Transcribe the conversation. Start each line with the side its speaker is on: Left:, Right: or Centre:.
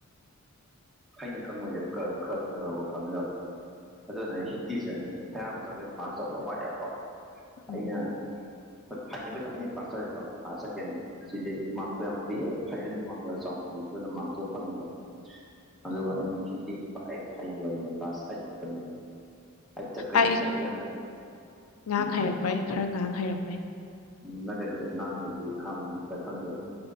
Centre: ꯑꯩꯅ ꯈꯪꯕꯁꯦ ꯈ ꯈꯔ ꯈꯕꯨ ꯈꯪꯉ ꯑꯗꯨꯅ ꯍꯤꯟꯗꯤꯁꯦ ꯍꯌꯥꯝ ꯑꯃ ꯆꯪꯗꯩ ꯄꯥꯁ ꯇꯧꯕꯗ ꯋꯥꯏꯑꯦꯕꯀꯣ
Left: ꯎꯝ
Centre: ꯑꯩꯅ ꯣꯏ ꯐꯥ ꯀ ꯆ ꯄꯥꯁ ꯐꯀ ꯁꯤꯗꯤꯦ ꯃꯥꯔꯛꯛꯇꯣ ꯌꯥꯝ ꯂꯤꯤꯛꯑꯕ ꯐꯥꯏꯅꯦꯜꯜꯂꯤ ꯃꯥꯔꯁꯔ ꯆꯥꯎ ꯄꯤꯕ ꯑꯗꯨꯅ ꯃꯥꯔꯛꯁꯨ ꯑꯗꯨ ꯑꯣꯏꯅ ꯐꯪꯉꯦꯀꯣ ꯑꯗꯨꯒ
Left: ꯎꯝ
Centre: ꯑꯩ ꯉꯅꯨꯡꯁꯤꯗꯤ ꯍꯩꯌꯨ ꯍꯥꯏ ꯀ꯭ꯂꯥꯁ ꯑꯩꯅꯤ ꯑꯖꯤꯇ ꯀꯩ
Left: ꯑꯩ
Centre: ꯍꯥꯏꯒ ꯐꯅ
Left: ꯉꯥꯡ ꯍꯩꯔꯛꯄꯩ ꯈꯔ ꯉꯥꯡ ꯍꯩꯔꯛꯄꯩ
Centre: ꯎꯝ ꯉꯖꯔꯁꯦ ꯅꯪ ꯍꯥꯏꯗꯤ ꯍꯪ ꯊꯪꯖꯦ